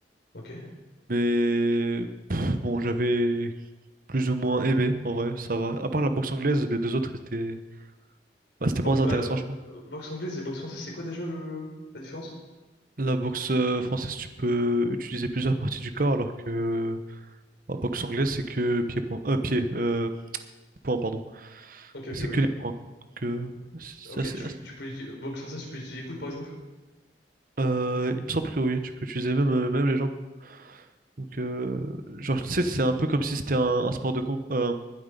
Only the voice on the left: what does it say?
Ok.
Bo-
euh,
euh, boxe anglaise et boxe française, c'est quoi déjà le la différence?
Ok, ok,
oui.
Ok,
tu,
tu peux utiliser- boxe française, tu peux utiliser les coudes par exemple?